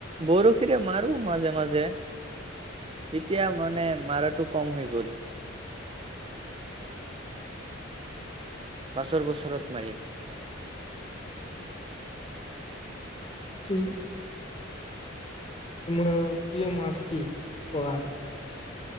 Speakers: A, on the right; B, on the left.
A: বৰশীৰে মাৰো মাজে মাজে, এতিয়া মানে মাৰাটো কম হৈ গ'ল। পাছৰ বছৰত মাৰিম।
B: কিম তোমাৰ প্ৰিয় মাছ কি? কোৱা।